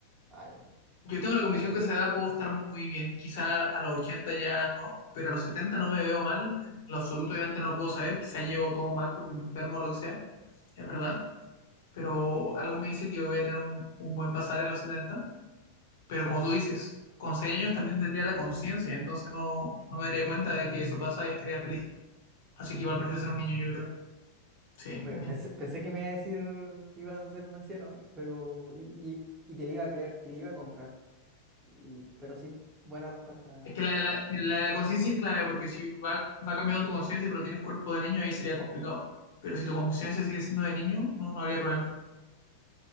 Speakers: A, on the right; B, on the left.
A: Ah, ya,
B: Yo tengo la convicción
A: serio.
B: que a esa edad puedo estar muy bien. Quizá a los 80 ya no, pero a los 70 no me veo mal. En lo absoluto, obviamente no lo puedo saber. Quizá llevo todo mal porque me enfermo o lo que sea. Es verdad. Pero algo me dice que voy a tener un, un buen pasar en los setenta Pero como tú dices, con 6 años también tendría la conciencia. Entonces no, no me daría cuenta de que eso pasa y estaría feliz. Así que igual prefiero ser un niño, yo creo. Sí,
A: Oh, Pe-
B: un niño.
A: Pensé, pensé que me iba a decir que ibas a ser un anciano, pero y, y, y te le iba a creer, te le iba a comprar. Y, pero sí, buena respuesta,
B: Es que la, la,
A: Cristian.
B: la- la conciencia es clave, porque si va, va cambiando tu conciencia, pero tienes cuerpo de niño, ahí sería complicado. Pero si tu conciencia sigue siendo de niño, no, no habría problema.